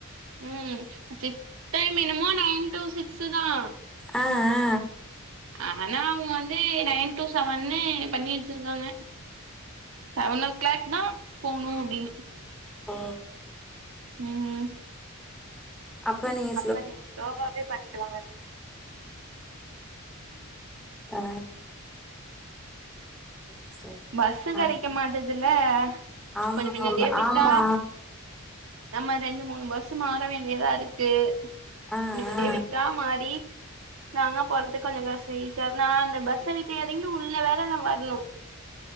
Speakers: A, on the right (about 65°); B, in the centre.
A: ம் செட்டா மினிமம் நைன் டூ சிக்ஸு தான்
B: ஆ ஆ
A: ஆன அவுங்க வந்து நைன் டூ சவன்னு பண்ணி வச்சிருக்காங்க செவன் ஓ கிளாக் தா போவுணு அப்டின்னு
B: ஓ
A: ம்
B: அப்ப நீங்க
A: அப்ப நீங்க ஸ்லோவாவே பண்ணிட்டு வாங்க
B: அ சேரி
A: பஸ் கெடைக்க
B: அப்
A: மாட்டதுல்ல
B: ஆமா
A: கொஞ்ச மின்னடியே விட்டா
B: ஆமா
A: நம்ம ரெண்டு மூணு பஸ்ஸூ மாற வேண்டியதாருக்கு
B: ஆ
A: மின்னடியே
B: ஆ
A: விட் யா மாறி நாங்க போறதுக்கு கொஞ்ச காசு ஈஸியா நா அந்த பஸ்ஸ விட்டு ஏறங்கி உள்ள வேற நா வர்ணு